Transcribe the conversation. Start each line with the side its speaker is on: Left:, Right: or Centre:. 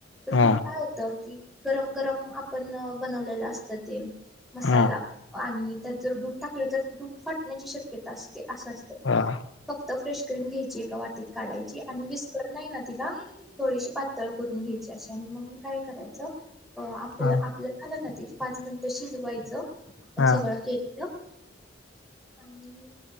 Centre: तर
Left: हा
Centre: दूध काय होत की. गरम-गरम आपण बनवलेलं असत ते, मसाला
Left: हा
Centre: आणि. त्यात जर दूध टाकलं तर दूध फाण्याची शक्यता असते असा.
Left: हा,
Centre: फ्रेश क्रीम घ्यायची एका वाटीत काढायची, आणि विस्कर नाही ना, तिला थोडीशी पातळ करून घ्यायची अशी आणि मग काय करायचं. अ आपलं
Left: हा
Centre: आपलं झालं ना ते. पाच मिनिटं शिजवायचं. आपण
Left: हा
Centre: सगळं के. केलेलं आणि.